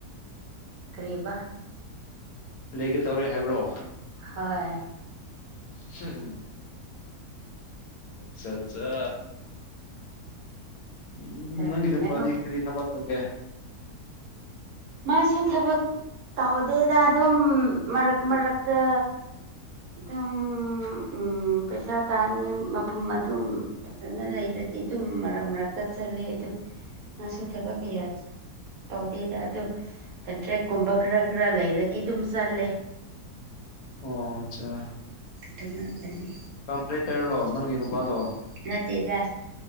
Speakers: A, on the right; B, on the left.
A: ꯀꯔꯤꯕ
B: ꯂꯩꯒꯦ ꯇꯧꯔꯦ ꯍꯥꯏꯕ꯭ꯔꯣ
A: ꯍꯣꯏ
B: <unintelligible> ꯆꯠꯆꯥ ꯎꯝ
A: ꯂꯩꯒꯗꯧꯔꯦ
B: ꯅꯪꯒꯤ ꯅꯨꯄꯥꯗꯤ
A: ꯅꯪ
B: ꯀꯔꯤ ꯊꯕꯛ ꯇꯧꯒꯦ
A: ꯃꯥꯁꯦ ꯊꯕꯛ ꯇꯧꯗꯦꯗ ꯑꯗꯨꯝ ꯃꯔꯛ ꯃꯔꯛꯇ ꯑꯗꯨꯝ ꯎꯝ ꯄꯩꯁꯥ ꯇꯥꯅꯤ ꯃꯐꯝ ꯑꯗꯨꯝ ꯐꯖꯅ ꯂꯩꯔꯗꯤ ꯑꯗꯨꯝ ꯃꯔꯛ ꯃꯔꯛꯇ ꯆꯠꯂꯦ ꯑꯗꯨ ꯃꯥꯁꯨ ꯊꯕꯛ ꯀꯌꯥ ꯇꯧꯗꯦꯗ ꯑꯗꯨ ꯀꯟꯇ꯭ꯔꯦꯛꯀꯨꯝꯕ ꯈꯔ ꯈꯔ ꯂꯩꯔꯗꯤ ꯑꯗꯨꯝ ꯆꯠꯂꯦ
B: ꯑꯣ ꯑꯆꯥ
A: ꯐꯖꯅꯤ
B: ꯀꯟꯇ꯭ꯔꯦꯛꯇꯔꯔꯣ ꯅꯪꯒꯤ ꯅꯨꯄꯥꯗꯣ
A: ꯅꯠꯇꯦꯗ